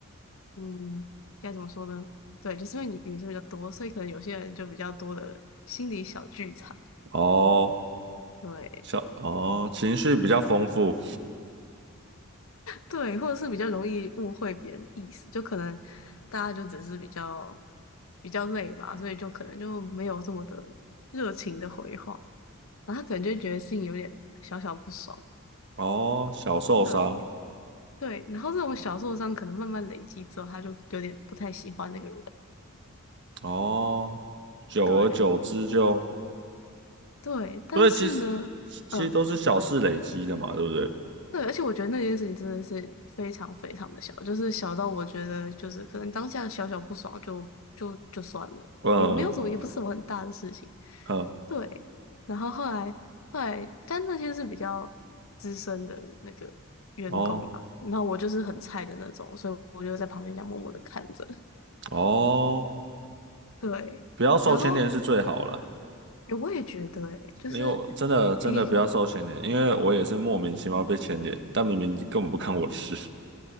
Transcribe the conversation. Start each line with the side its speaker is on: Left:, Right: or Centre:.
Left: 嗯，该怎么说呢？对，就是因为你女生比较多，所以可能有些人就比较多的心理小剧场。
Right: 哦，
Left: 对，
Right: 小哦，情绪比较丰富。
Left: 对，或者是比较容易误会别人意思，就可能大家就只是比较比较累吧，所以就可能就没有这么的热情的回话，然后他可能就觉得心里有点小小不爽。
Right: 哦，小受伤，
Left: 对对，然后这种小受伤可能慢慢累积之后，他就有点不太喜欢那个人。
Right: 哦，久而久之就，
Left: 对对，但是呢，
Right: 所以其实其实都是小事累积的嘛，
Left: 嗯。
Right: 对不对？
Left: 对，而且我觉得那件事情真的是非常非常的小，就是小到我觉得就是可能当下小小不爽就就就算了，
Right: 呃
Left: 也没有什么，也不是什么很大的事情。
Right: 呃，
Left: 对，然后后来后来，但那些是比较资深的那个员工啦，
Right: 哦
Left: 那我就是很菜的那种，所以我就在旁边这样默默的看着。
Right: 哦，
Left: <laughs> 对，
Right: 不要受牵连是最好了，
Left: 然后我也觉得、欸，就是
Right: 因为我真的真的不要受牵连，
Left: 比
Right: 因为我也是莫名其妙被牵连，但明明根本不看我的事。